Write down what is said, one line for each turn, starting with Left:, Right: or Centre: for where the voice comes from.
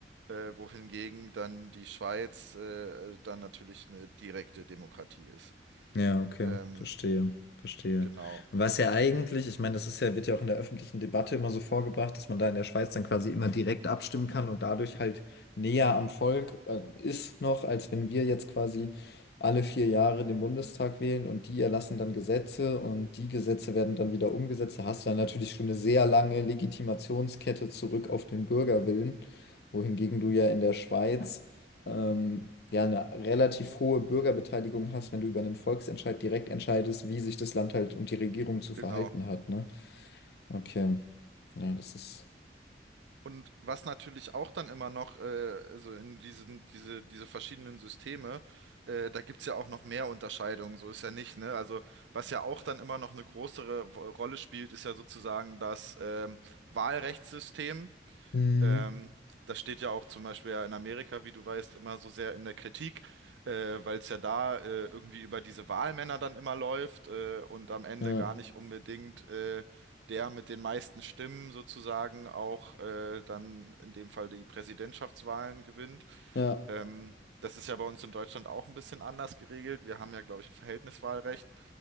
Right: äh, wohingegen dann die Schweiz äh, dann natürlich eine direkte Demokratie ist.
Left: Ja, okay,
Right: Ähm,
Left: verstehe, verstehe.
Right: genau,
Left: Und was ja eigentlich, ich meine, das ist ja, wird ja auch in der öffentlichen Debatte immer so vorgebracht, dass man da in der Schweiz dann quasi immer direkt abstimmen kann und dadurch halt näher am Volk, äh, ist noch, als wenn wir jetzt quasi alle vier Jahre den Bundestag wählen und die erlassen dann Gesetze und die Gesetze werden dann wieder umgesetzt. Da hast du dann natürlich schon eine sehr lange Legitimationskette zurück auf den Bürgerwillen, wohingegen du ja in der Schweiz ähm, ja, eine relativ hohe Bürgerbeteiligung hast, wenn du über einen Volksentscheid direkt entscheidest, wie sich das Land halt und die Regierung zu verhalten
Right: genau.
Left: hat, ne? Okay. Ja, das ist.
Right: Und was natürlich auch dann immer noch, äh, also in diesen, diese, diese verschiedenen Systeme, äh, da gibt's ja auch noch mehr Unterscheidungen, so ist ja nicht, ne? Also was ja auch dann immer noch eine größere Wo- Rolle spielt, ist ja sozusagen das ähm, Wahlrechtssystem.
Left: Mhm.
Right: Ähm, das steht ja auch zum Beispiel ja in Amerika, wie du weißt, immer so sehr in der Kritik, äh, weil es ja da äh, irgendwie über diese Wahlmänner dann immer läuft äh, und am Ende
Left: Ja,
Right: gar nicht unbedingt äh, der mit den meisten Stimmen sozusagen auch äh, dann in dem Fall die Präsidentschaftswahlen gewinnt.
Left: ja.
Right: Ähm, das ist ja bei uns in Deutschland auch ein bisschen anders geregelt. Wir haben ja, glaube ich, ein Verhältniswahlrecht